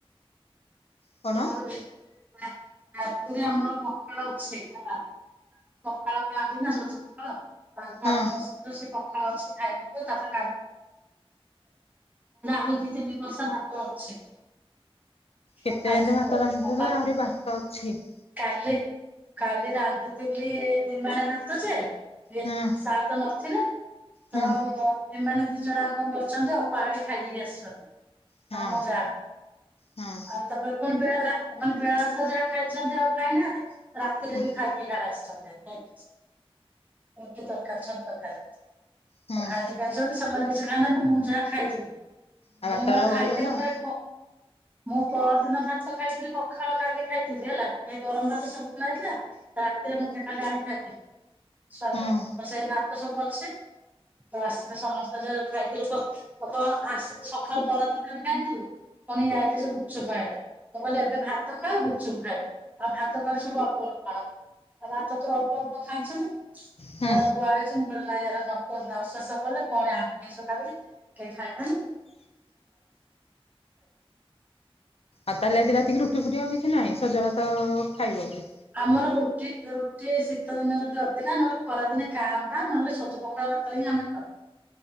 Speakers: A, on the right; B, on the left.
A: <unintelligible>
B: କଣ
A: ଯି ଆମର ପଖାଳ ଅଛି ହେଲା ପଖାଳ ଖାଆନ୍ତି ନା ସଜ ପଖାଳ କାଲିଠୁ
B: ହଁ
A: ଆଠ ଦଶ ଦିନର ସେ ପଖାଳ ପଖାଳ ଅଛି ଖାଇଦୋବୁ ତାପରେ <unintelligible> ଦିି ତିନି କଂସା ଭାତ ଅଛି। ମୁଁ
B: କେତେ
A: ଖାଇଦେବି
B: କେନ୍ତୀ ଭାତ
A: ଆଉ
B: ରାନ୍ଧିଥିଲେ
A: ଅପା
B: ଆହୁରି ଭାତ ଅଛି? <inaudible>
A: କାଲି କାଲି ରାନ୍ଧୁଥିଲି ଦିମାଣ ଭାତ ଯେ ଇଏ
B: ହଁ
A: ସାତ ନ ଛେନେ। <inaudible>
B: ହଁ
A: ଏମାନେ ଦି ଜଣ କଣ କରଛନ୍ତି, ଅପା ଘଟି ଖାଇଦେଇ କି ଆସିଛନ୍ତି
B: ହଁ
A: ମାନେ ମ ଜାଆ <inaudible>
B: ହଁ
A: ଆଉ ତାଙ୍କ କଣ ବେଳା ମାନେ ବେଳାସ ଯାହା ଖାଇ ଛନ୍ତି ଆଉ ଖାଇନା ରାତିରେ
B: ହଁ
A: ବି ଖାଇକି ନା ଆସିଛନ୍ତି <inaudible> ଏତେ ତରକାରୀ ଛତୁ ତରକାରୀ
B: ହଁ
A: ତ ଖାଇଲେ ଖାଇଛନ୍ତି ସେମାନେ କିଛି ଖାଇନାହାନ୍ତି ମୁଁ ଯାହା ଖାଇଥିବି
B: ଆଉ ଭାତରା
A: ମୁଁ ମୋର ଖାଇଥିଲି
B: ବଳିଗଲା ଆଉ।
A: ଥରେ ମୁଁ ପରଦିନ ଭାତ ଖାଇ ରାତିରେ ପଖାଳ କାଲି ଖାଇଥିଲି ହେଲା। ଗରମ ଭାତ ସବୁ ଥୁଆହେଇଥିଲା, ରାତିରେ ମତେ ଖାଲି ଆ ଖାଇଥିଲି ସରିଲା
B: ହୁଁ
A: ତ ସେଇ ଭାତ ସବୁ ଅଛି ତ ଆସିଲେ ସମସ୍ତେ ସଇଲା ତ ସେଇ ଭାତ ସବୁ ଅଛି ବାସ ସମସ୍ତେ ଖାଇଥିଲୁ ଆସିକି ସକାଳୁ ବରା ତରକାରୀ ଖାଇଥିଲୁ ପୁଣି ଇଏ ଆଇଲେ ଯେ ଗୁପଚୁପ ଆଣିଲେ ଖାଇଲେ ମୁଁ କହିଲି ଏବେ ଭାତ ଖାଅ ଗୁପଚୁପ ଖାଇଲେ ଆଉ ଭାତ କହିଲେ ସବୁ ଅଳ୍ପ ଆଣ ଆଉ ଭାତ ତ ଅଳ୍ପ ଅଳ୍ପ ଖାଇଛନ୍ତି। ସେରା
B: ହୁଁ
A: ଥୁଆହେଇଛି ମୁଁ କହିଲି ନାଇ ଏରା ନ ଶେଷ କଲେ ପୁଣି ଆମିସ କରିବି କେହି ଖାଇବାନି
B: ଆଉ ତାହେଲେ ଆଜି ରାତିକି ରୁଟି ଫୁଟି ଆଉ କିଛି ନାହିଁ, ସଜ ଭାତ ଖାଇବ କି
A: ଆମର ରୁଟି ରୁଟି ଶୀତ ଦିନ ଟିକେ ଅଧିକା ନହେଲେ ଖରାଦିନେ କା ବା ନହେଲେ ସଜ ପଖାଳ ଭାତ ହିଁ ଆମେ ଖାଉ।